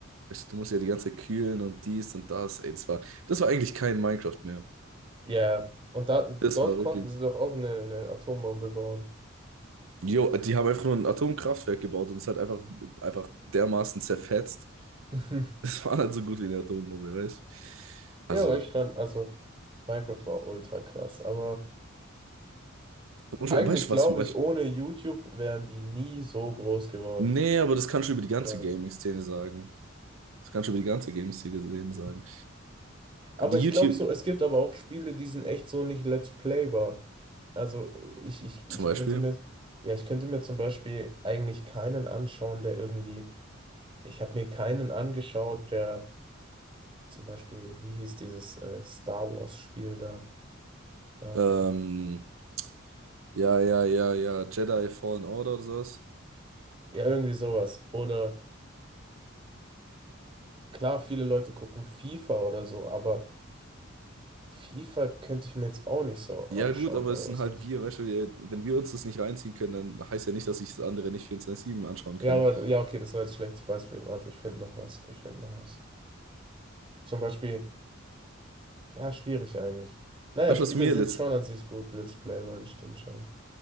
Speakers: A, on the right; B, on the right.
A: du musst ja die ganze Zeit kühlen und dies und das. Ey, das war, das war eigentlich kein Minecraft mehr.
B: Ja, und da,
A: Das
B: dort
A: war
B: konnten
A: wirklich
B: sie doch auch eine, eine Atombombe bauen.
A: Jo, die haben einfach nur ein Atomkraftwerk gebaut und es hat einfach, einfach dermaßen zerfetzt. <laughs>
B: <laughs>
A: Es war nicht so gut wie eine Atombombe, weißt du?
B: Ja,
A: Also,
B: aber ich fand, also Minecraft war ultra krass, aber
A: weißt
B: eigentlich
A: du
B: glaube
A: was? Weißt,
B: ich, ohne YouTube wären die nie so groß geworden.
A: nee, aber das kannst
B: Niemals.
A: du über die ganze Gaming-Szene sagen. Das kannst du über die ganze Gaming-Szene sagen.
B: Aber
A: Die
B: ich
A: YouTube
B: glaube so, es gibt aber auch Spiele, die sind echt so nicht Let's Playbar. Also ich, ich, ich
A: zum Beispiel.
B: könnte mir, ja, ich könnte mir zum Beispiel eigentlich keinen anschauen, der irgendwie, ich habe mir keinen angeschaut, der zum Beispiel, wie hieß dieses äh, Star Wars Spiel da? Ähm,
A: Ähm, ja, ja, ja, ja, Jedi Fallen Order oder sowas.
B: ja, irgendwie sowas. Oder klar, viele Leute gucken FIFA oder so, aber FIFA könnte ich mir jetzt auch nicht so anschauen
A: Ja, gut, aber
B: oder
A: es sind
B: so.
A: halt wir, weißt du, wir- wenn wir uns das nicht reinziehen können, dann heißt ja nicht, dass sich das andere nicht vierundzwanzig sieben anschauen
B: Ja,
A: können.
B: aber ja, okay, das war jetzt ein schlechtes Beispiel. Warte, ich finde noch was. Ich finde noch was. Zum Beispiel, ja, schwierig eigentlich. Naja,
A: Weißt
B: Spiele
A: du, was mir
B: sind
A: letzt,
B: schon an sich gut, Let's Play war das stimmt schon.